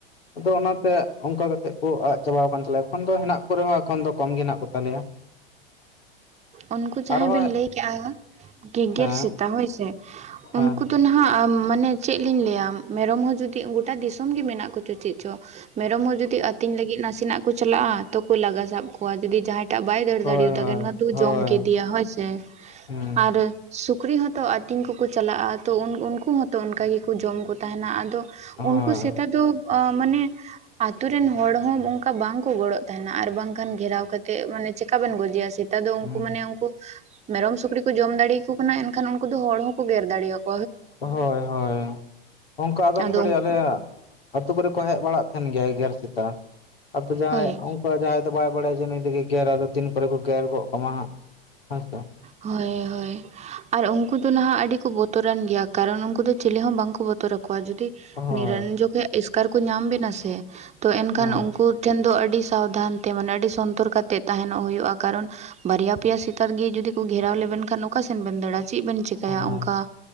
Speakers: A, on the left (about 75°); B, on the right (about 20°).
A: ᱟᱫᱚ ᱚᱱᱟᱛᱮ ᱚᱱᱠᱟ ᱠᱟᱛᱮᱜ ᱠᱚ ᱟᱜ ᱪᱟᱵᱟ ᱠᱟᱱ ᱛᱟᱞᱮᱭᱟ ᱮᱠᱷᱚᱱ ᱫᱚ ᱦᱮᱱᱟᱜ ᱠᱚ ᱨᱮᱦᱚᱸ ᱮᱠᱷᱚᱱ ᱫᱚ ᱠᱚᱢ ᱜᱮ ᱦᱮᱱᱟᱜ ᱠᱚ ᱛᱟᱞᱮᱭᱟ ᱾
B: ᱩᱱᱠᱩ ᱡᱟᱦᱟᱸᱭ
A: ᱟᱨᱦᱚᱸ
B: ᱵᱤᱱ ᱞᱟᱹᱭ ᱠᱮᱜᱼᱟ ᱜᱮ-ᱜᱮᱨ
A: ᱦᱮᱸ
B: ᱥᱮᱛᱟ ᱦᱳᱭᱥᱮ
A: ᱦᱮᱸ
B: ᱩᱱᱠᱩ ᱛᱳ ᱱᱟᱦᱟᱜ ᱢᱟᱱᱮ ᱪᱮᱫ ᱞᱤᱧ ᱞᱟᱹᱭᱟ ᱢᱮᱨᱚᱢ ᱦᱚᱸ ᱡᱩᱫᱤ ᱜᱳᱴᱟ ᱫᱤᱥᱟᱹᱢ ᱜᱮ ᱢᱮᱱᱟᱜ ᱠᱚᱪᱚ ᱪᱮᱜ ᱪᱚ? ᱢᱮᱨᱚᱢ ᱦᱚᱸ ᱡᱩᱫᱤ ᱟᱹᱛᱤᱧ ᱞᱟᱹᱜᱤᱫ ᱱᱟᱥᱮᱱᱟᱜ ᱠᱚ ᱪᱟᱞᱟᱜᱼᱟ ᱛᱚᱠᱚ ᱞᱟᱜᱟ ᱥᱟᱵ ᱠᱚᱣᱟ ᱡᱩᱫᱤ ᱡᱟᱦᱟᱸᱭ ᱴᱟᱜ ᱵᱟᱭ ᱫᱟᱹᱲ
A: ᱦᱳᱭ
B: ᱫᱟᱲᱮᱭᱟ᱾
A: ᱦᱳᱭ
B: ᱛᱚᱠᱮᱱᱠᱟ ᱫᱩ
A: ᱦᱳᱭ
B: ᱡᱚᱢ ᱠᱮᱫᱮᱭᱟ ᱦᱳᱭ ᱥᱮ ᱾
A: ᱦᱩᱸ
B: ᱟᱨ ᱥᱩᱠᱨᱤ ᱦᱚᱸᱛᱚ ᱟᱹᱛᱤᱧ ᱠᱚᱠᱚ ᱪᱟᱞᱟᱜᱼᱟ ᱛᱚ ᱩᱱ ᱩᱱᱠᱩ ᱦᱚᱸᱛᱚ ᱚᱱᱠᱟ ᱜᱮ᱾ ᱠᱚ ᱡᱚᱢ ᱠᱚ ᱛᱟᱦᱮᱱᱟ ᱟᱫᱚ
A: ᱦᱳᱭ
B: ᱩᱱᱠᱩ ᱥᱮᱛᱟ ᱫᱚ ᱚᱸ ᱢᱟᱱᱮ ᱟᱛᱳ ᱨᱮᱱ ᱦᱚᱲ ᱦᱚᱸ ᱚᱱᱠᱟ ᱵᱟᱝᱠᱚ ᱜᱚᱲᱚᱜ ᱛᱟᱦᱮᱱᱟ ᱟᱨ ᱵᱟᱝᱠᱷᱟᱱ ᱜᱷᱮᱨᱟᱣ ᱠᱟᱛᱮ ᱢᱟᱱᱮ ᱪᱮᱠᱟ ᱵᱮᱱ ᱜᱚᱡᱮᱭᱟ ᱥᱮ ᱥᱮᱛᱟ ᱫᱚ ᱩᱱᱠᱩ
A: ᱦᱩᱸ
B: ᱢᱟᱱᱮ ᱩᱱᱠᱩ ᱢᱮᱨᱚᱢ ᱥᱩᱠᱨᱤ ᱠᱚ ᱡᱚᱢ ᱫᱟᱲᱮᱭᱟᱠᱚ ᱠᱟᱱᱟ ᱮᱱᱠᱷᱟᱱ ᱩᱱᱠᱩ ᱫᱚ ᱦᱚᱲ ᱦᱚᱸᱠᱚ ᱜᱮᱨ ᱫᱟᱲᱮᱭᱟᱠᱚ᱾
A: ᱦᱳᱭ ᱦᱳᱭ ᱚᱱᱠᱟ ᱟᱫᱚᱢ
B: ᱟᱫᱚ
A: ᱜᱷᱟᱹᱲᱤ
B: ᱩᱱᱠᱩ
A: ᱟᱞᱮᱭᱟᱜ ᱟᱹᱛᱩ ᱠᱚᱨᱮ ᱠᱚ ᱦᱮᱡ ᱵᱟᱲᱟᱜ ᱛᱟᱦᱮᱱ ᱜᱮᱭᱟ ᱜᱮᱨ ᱥᱮᱛᱟ ᱟᱫᱚ ᱡᱟᱦᱟᱸᱭ
B: ᱦᱳᱭ
A: ᱚᱱᱠᱟ ᱡᱟᱦᱟᱸᱭ᱾ ᱫᱚ ᱵᱟᱭ ᱵᱟᱲᱟᱭᱟ ᱡᱮ ᱱᱩᱭᱫᱚ ᱜᱮᱜᱮᱨ ᱟᱭ ᱟᱫᱚ ᱛᱤᱱ ᱠᱚᱨᱮ ᱠᱚ ᱜᱮᱨ ᱜᱚᱜ ᱠᱟᱢᱟ ᱦᱟᱸᱜ᱾ ᱦᱳᱭ ᱥᱮ ᱾
B: ᱦᱳᱭ ᱦᱳᱭ ᱟᱨ ᱩᱱᱠᱩ ᱤᱱᱠᱩ ᱫᱚ ᱱᱟᱦᱟᱜ ᱟᱹᱰᱤ ᱠᱚ ᱵᱚᱛᱚᱨᱟᱱ ᱜᱮᱭᱟ ᱠᱟᱨᱚᱱ ᱩᱱᱠᱩ ᱫᱚ ᱪᱤᱞᱤ ᱦᱚᱸ ᱵᱟᱝᱠᱚ ᱵᱚᱛᱚᱨ ᱟᱠᱚ ᱠᱚᱣᱟ ᱡᱩᱫᱤ
A: ᱦᱳᱭ
B: ᱱᱤᱨᱚᱱ ᱡᱚᱠᱷᱮᱡ ᱮᱥᱠᱟᱨ ᱠᱚ ᱧᱟᱢ ᱵᱮᱱᱟ ᱥᱮ ᱛᱚ ᱮᱱᱠᱷᱟᱱ
A: ᱦᱳᱭ
B: ᱩᱱᱠᱩ ᱴᱷᱮᱱ ᱫᱚ ᱟᱹᱰᱤ ᱥᱟᱵᱫᱷᱟᱱ ᱛᱮ ᱢᱟᱱᱮ ᱟᱹᱰᱤ ᱥᱚᱱᱛᱚᱨ ᱠᱟᱛᱮᱫ ᱛᱟᱦᱮᱱᱚᱜ ᱦᱩᱭᱩᱜᱼᱟ ᱠᱟᱨᱚᱱ ᱵᱟᱨᱭᱟ ᱯᱮᱭᱟ ᱥᱮᱛᱟ ᱜᱤ ᱡᱩᱫᱤ ᱜᱷᱮᱨᱟᱣ ᱞᱮᱵᱮᱱ ᱠᱷᱟᱱ ᱚᱠᱟ ᱥᱮᱱ ᱵᱮᱱ ᱫᱟᱹᱲᱟ ᱪᱮᱫ ᱵᱮᱱ ᱪᱮᱠᱟᱭᱟ
A: ᱦᱳᱭ
B: ᱚᱱᱠᱟ